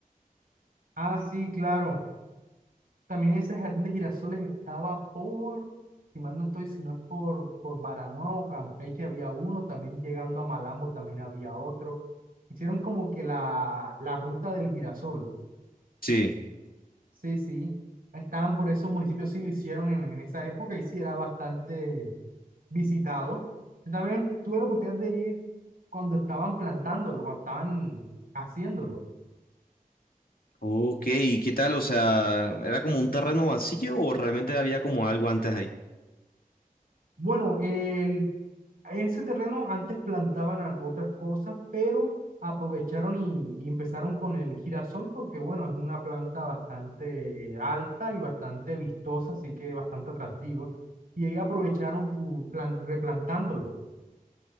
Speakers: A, on the right; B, on the left.
A: Ah, sí, claro. También ese jardín de girasoles estaba por, si mal no estoy, si no es por, por Baranoa o Campeche había uno, también llegando a Malambo también había otro. Hicieron como que la, la ruta del girasol.
B: Sí.
A: Sí, sí. Estaban por esos municipios, sí lo hicieron en, en esa época y sí era bastante visitado. Yo también tuve la oportunidad de ir cuando estaban plantándolo, cuando estaban haciéndolo.
B: Ok, ¿y qué tal? O sea, ¿era como un terreno vacío o realmente había como algo antes ahí?
A: Bueno, el, ese terreno antes plantaban a- otras cosas, pero aprovecharon y, y empezaron con el girasol porque, bueno, es una planta bastante alta y bastante vistosa, así que bastante atractiva. Y ahí aprovecharon tu plan- replantándolo.